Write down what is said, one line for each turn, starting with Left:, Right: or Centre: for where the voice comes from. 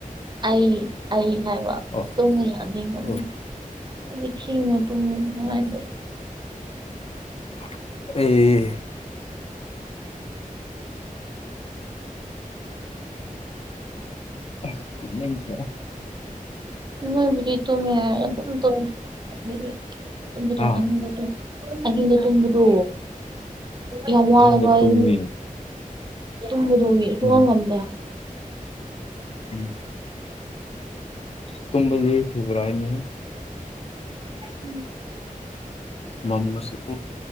Right: ꯑꯩ ꯑꯩ ꯍꯥꯏꯕ
Left: ꯑꯣ
Right: ꯇꯨꯡꯉ ꯌꯥꯅꯤ ꯃꯥꯅꯤ
Left: ꯑꯣ
Right: ꯑ ꯊꯅ ꯇꯨꯃꯤꯅꯥꯏ
Left: ꯑꯦ ꯑꯁ ꯌꯦ ꯇꯔ
Right: ꯅꯣꯏꯕꯨꯗꯤ ꯇꯨꯝꯕ ꯌꯥꯏ ꯑꯗꯨꯝ ꯇꯧꯕꯗꯣ ꯑꯩꯈꯣꯏꯗꯤ ꯇꯨꯝꯕꯗꯣ
Left: ꯑꯥ
Right: ꯑꯍꯤꯡꯗ ꯇꯨꯝꯕꯗꯣ ꯑꯍꯤꯡ ꯇꯨꯡꯕꯗꯨ ꯌꯥꯝꯏ
Left: ꯑꯍꯤꯡꯗ
Right: ꯑꯩ
Left: ꯇꯨꯝꯃꯤ
Right: ꯇꯃ ꯊꯣꯡꯉꯤ ꯁꯨꯉꯒꯝꯕꯦ
Left: ꯎꯝ ꯎꯝ ꯇꯝꯕꯗꯤ ꯌꯦꯁꯤꯕ꯭ꯔꯥꯏꯅꯤ
Right: ꯎꯝ
Left: ꯃꯝꯃꯁꯨ